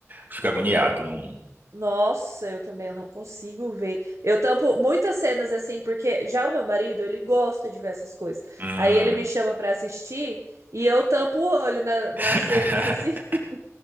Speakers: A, on the right; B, on the right.
A: fica agoniado. Não...
B: <laughs> Nossa, eu também eu não consigo ver. Eu tampo muitas cenas assim, porque já o meu marido, ele gosta de ver essas coisas.
A: Hum.
B: Aí ele me chama pra assistir e eu tampo o olho na-
A: <laughs>
B: nas cenas assim. <laughs>